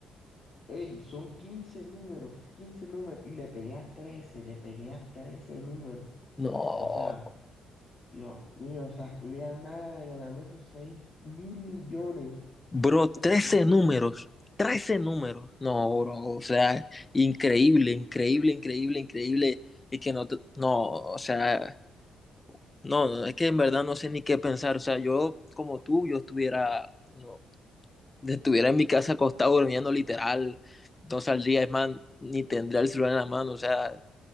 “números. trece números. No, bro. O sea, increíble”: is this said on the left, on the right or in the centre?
Left